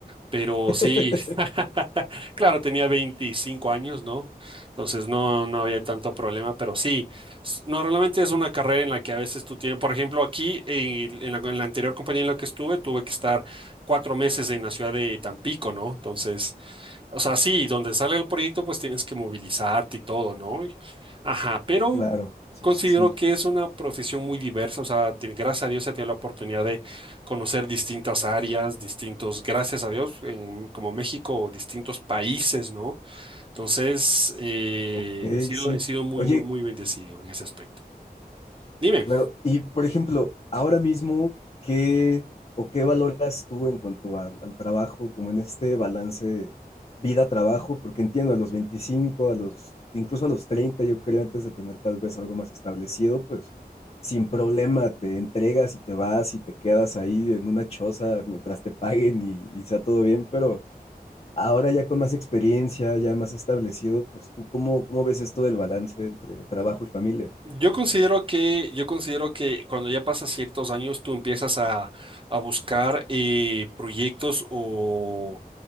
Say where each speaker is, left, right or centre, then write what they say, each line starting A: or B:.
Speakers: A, on the right; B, on the left.
A: Pero
B: <laughs>
A: sí, <laughs> claro, tenía 25 años, ¿no? Entonces no, no había
B: Mm,
A: tanto problema, pero sí, s- normalmente es una carrera en la que a veces tú tienes, por ejemplo, aquí en, en la, en la anterior compañía en la que estuve, tuve que estar cuatro meses en la ciudad de Tampico, ¿no? Entonces, o sea, sí, donde sale el proyecto, pues tienes que movilizarte y todo, ¿no? Ajá, pero
B: Claro, sí,
A: considero
B: sí, sí.
A: que es una profesión muy diversa, o sea, ti- gracias a Dios he tenido la oportunidad de conocer distintas áreas, distintos, gracias a Dios, en- como México, distintos países, ¿no? Entonces, eh,
B: Ok,
A: he sido,
B: sí.
A: he sido muy,
B: Oye,
A: muy, muy bendecido en ese aspecto. Dime.
B: Claro, y por ejemplo, ahora mismo, ¿qué o qué valoras tú en cuanto al, al trabajo, como en este balance vida-trabajo? Porque entiendo, a los 25, a los, incluso a los 30, yo creo, antes de tener tal vez algo más establecido, pues sin problema te entregas y te vas y te quedas ahí en una choza mientras te paguen y, y sea todo bien, pero ahora ya con más experiencia, ya más establecido, pues tú, ¿cómo, cómo ves esto del balance entre trabajo y familia?
A: Yo considero que, yo considero que cuando ya pasas ciertos años, tú empiezas a, a buscar eh, proyectos o,